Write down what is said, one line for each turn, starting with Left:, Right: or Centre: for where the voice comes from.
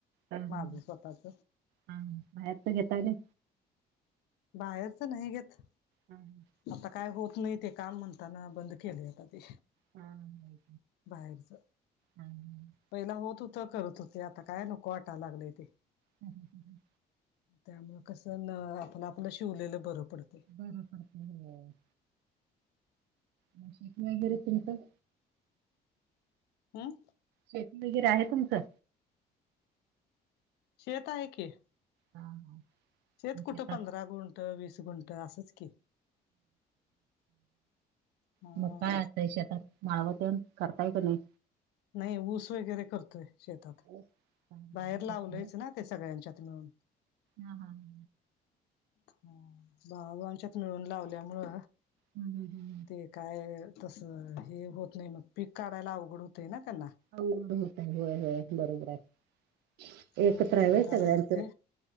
Right: हा हा
Left: माझं स्वतःच
Right: हा बा घताले.
Left: बाहेरच नाही घेत.
Right: हम ह.
Left: आता काय होत नाही ते काम म्हणताना बंद केले आता ते
Right: हम ह
Left: बाहेरच
Right: हम् ह.
Left: पहिला होत होतं करत होते आता काय नको वाटाय लागलंय ते
Right: ह हां हां ह.
Left: त्यामुळ कस न आपलं आपलं शिवलेलं बर पडतय.
Right: बर पडतय व्हय. मंग शेती वगैरे तुमच
Left: हं
Right: शेती वगैरे आहे तुमचं?
Left: शेत आहे की.
Right: हा हा
Left: शेत
Right: शेतात
Left: कुट पंधरा गुंठ वीस गुंठ असंच की ह
Right: म काय? काय शेतात माळवतण करताय का नाही?
Left: नाही ऊस वगैरे करतोय शेतात
Right: बरंच काम
Left: बाहेर
Right: आहे तसं.
Left: लावलंयच ना ते सगळ्यांच्यात मिळून
Right: हा हा ह
Left: हं भावाभावांणच्यात मिळून लावल्या मूळ
Right: हूं हूं हूं
Left: ते काय तसं हे होत नाय मग पीक काढायला अवघड होतय ना त्यांना
Right: अवघड होतय. होय होय बरोबर हाय
Left: ह
Right: एकत्र हाय
Left: म्हणताना
Right: व्हय सगळ्यांचं
Left: मग ते